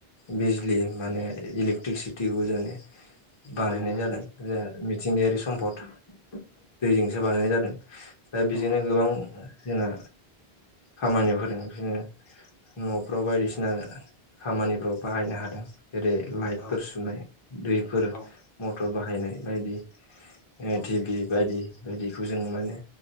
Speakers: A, on the left (about 30°); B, on the left (about 60°).
A: बिजलि माने इलेक्ट्रिसिटिखौ जाने बानायनाय
B: दिहुननो
A: जादों
B: हायो
A: ज मिथिंगायारि सम्पद दैजोंसो बानायनाय जादों दा
B: नंगौ
A: बेजोंनो गोबां जोंना खामानियाव होदों बिदिनो न'फ्राव बायदिसिना खामानिफ्राव बाहायनो हादों जेरै लाइटफोर
B: औ
A: सुनाय दैफोर
B: औ
A: मटर बाहायनाय बायदि
B: औ
A: टिभि बायदि बायदिखौ जों माने